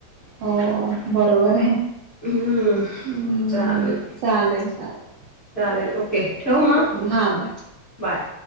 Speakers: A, on the right (about 75°); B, on the left (about 30°).
A: हो बरोबर आहे.
B: हम्म,
A: हम्म
B: चालेल.
A: चालेल. चालेल
B: चालेल ओके, ठेवू मग
A: हा बाय
B: बाय.